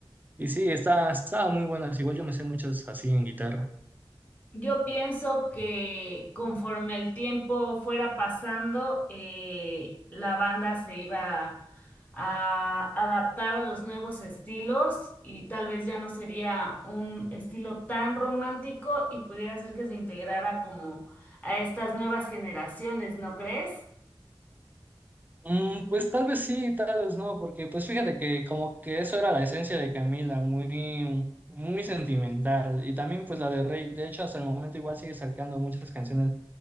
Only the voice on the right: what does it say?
y sí, está, estaba muy buenas, igual yo me sé muchas así en guitarra.
Mm, pues tal vez sí, tal vez no, porque pues fíjate que como que eso era la esencia de Camila, muy, muy sentimental. Y también pues la de Rey, de hecho hasta el momento igual sigue sacando muchas canciones